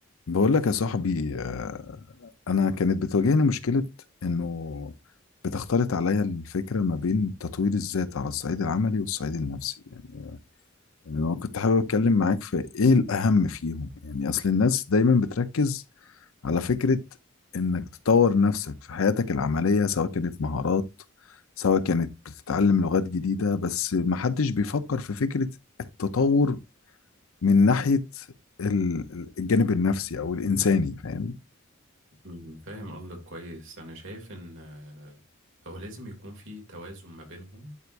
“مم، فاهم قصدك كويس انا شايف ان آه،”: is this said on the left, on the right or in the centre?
Right